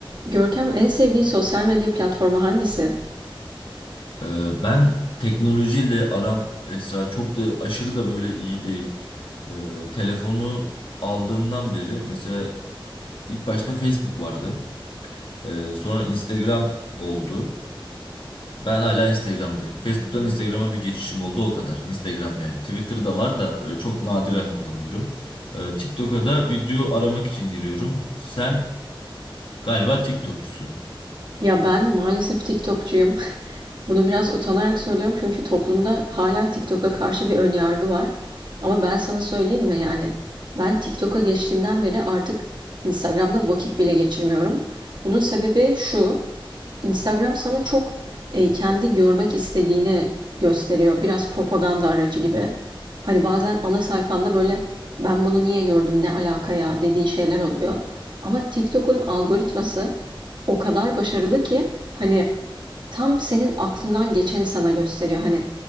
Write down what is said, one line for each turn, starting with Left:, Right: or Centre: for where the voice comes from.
Right: Görkem en sevdiğin sosyal medya platformu hangisi?
Left: Ee, Ben teknolojiyle aram Esra çok da aşırı da böyle iyi değil. Ee, telefonu aldığımdan beri mesela ilk başta Facebook vardı. Ee, sonra Instagram oldu. Ben hala Instagram'dayım. Facebook'tan Instagram'a bir geçişim oldu o kadar. Instagram yani. Twitter'da var da e, çok nadiren kullanıyorum. Ee, TikTok'a da video aramak için giriyorum. Sen galiba Tiktokçusun.
Right: Ya ben maalesef TikTokçuyum. <laughs> Bunu biraz utanarak söylüyorum çünkü toplumda hala TikTok'a karşı bir ön yargı var. Ama ben sana söyleyeyim mi yani? Ben TikTok'a geçtiğimden beri artık Instagram'da vakit bile geçirmiyorum. Bunun sebebi şu. Instagram sana çok e, kendi görmek istediğini gösteriyor. Biraz propaganda aracı gibi. Hani bazen ana sayfanda böyle ben bunu niye gördüm ne alaka ya dediği şeyler oluyor. Ama TikTok'un algoritması o kadar başarılı ki hani tam senin aklından geçeni sana gösteriyor. Hani